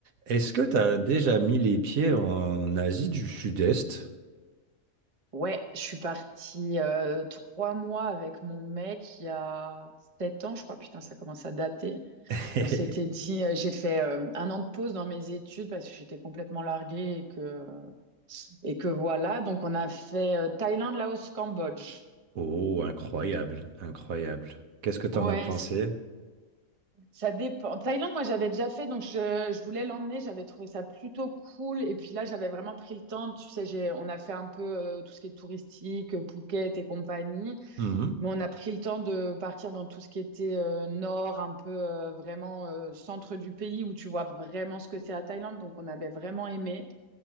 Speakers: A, on the right; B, on the right.
A: Est-ce que tu as déjà mis les pieds en Asie du Sud-Est?
B: Ouais, je suis partie euh, trois mois avec mon mec il y a sept ans, je crois. Putain, ça commence à dater.
A: <laughs>
B: On s'était dit, euh, j'ai fait euh, un an de pause dans mes études parce que j'étais complètement larguée et que, et que voilà. Donc, on a fait euh, Thaïlande, Laos, Cambodge.
A: Oh, incroyable, incroyable. Qu'est-ce que tu
B: Ouais,
A: en as pensé?
B: c'est- ça dépend. Thaïlande, moi, j'avais déjà fait, donc je, je voulais l'emmener. J'avais trouvé ça plutôt cool. Et puis là, j'avais vraiment pris le temps. Tu sais, j'ai, on a fait un peu euh, tout ce qui est touristique, euh, Phuket et compagnie.
A: Mhm.
B: Mais on a pris le temps de partir dans tout ce qui était euh, nord, un peu euh, vraiment euh, centre du pays où tu vois vraiment ce que c'est la Thaïlande. Donc on avait vraiment aimé.